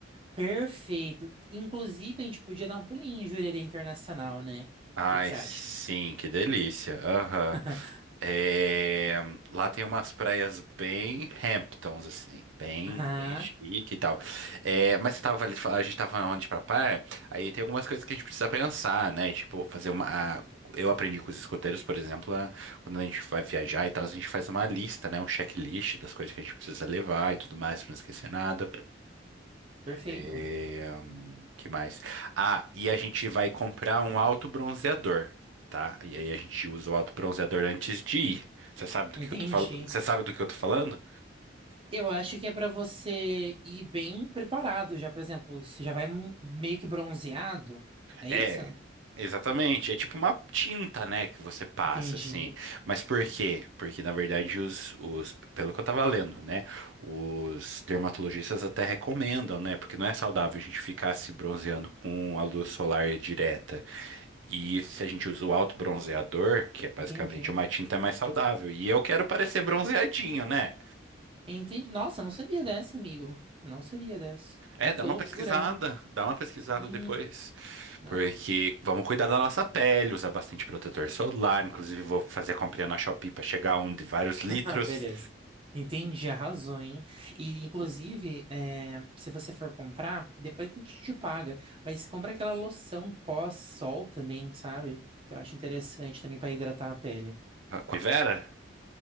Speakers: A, on the right; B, on the right.
A: Perfeito. Inclusive, a gente podia dar um pulinho em Jurerê Internacional, né? O
B: Ai,
A: que que você
B: sim,
A: acha?
B: que delícia. Aham.
A: <laughs>
B: É, Lá tem umas praias bem Hamptons, assim, bem,
A: Aham,
B: bem chique e tal. É, mas você tava ali, fal- a gente tava onde pra praia, aí tem algumas coisas que a gente precisa pensar, né? Tipo, fazer uma. a- Eu aprendi com os escoteiros, por exemplo, a- quando a gente vai viajar e tal, a gente faz uma lista, né? Um checklist das coisas que a gente precisa levar e tudo mais, pra não esquecer nada.
A: perfeito.
B: É, hum, que mais? Ah, e a gente vai comprar um autobronzeador, tá? E aí a gente usa o autobronzeador antes de ir. Você sabe do que
A: Entendi.
B: eu tô falando? Você sabe do que eu tô falando?
A: Eu acho que é para você ir bem preparado já, por exemplo, você já vai m- meio que bronzeado. É
B: É,
A: isso?
B: exatamente. É tipo uma tinta, né, que você passa
A: Entendi,
B: assim. Mas por quê? Porque na verdade os, os, pelo que eu tava lendo, né, os dermatologistas até recomendam, né, porque não é saudável a gente ficar se bronzeando com a luz solar direta. E se a gente usa o alto bronzeador, que é basicamente
A: entendi.
B: uma tinta mais saudável. E eu quero parecer bronzeadinho, né?
A: Entendi. Nossa, não sabia dessa, amigo. Não sabia dessa.
B: É,
A: Mas
B: dá
A: que
B: uma
A: loucura,
B: pesquisada,
A: né?
B: dá uma pesquisada
A: Sim,
B: depois.
A: não.
B: Porque vamos cuidar da nossa pele, usar bastante protetor solar. Inclusive, vou fazer a comprinha na Shopee pra chegar a um de vários litros.
A: Ah, beleza. Entendi, arrasou, hein? E, inclusive, é, se você for comprar, depois a gente te paga. Mas compra aquela loção pós-sol também, sabe? Que eu acho interessante também para hidratar a pele.
B: Ah, Oi, Vera?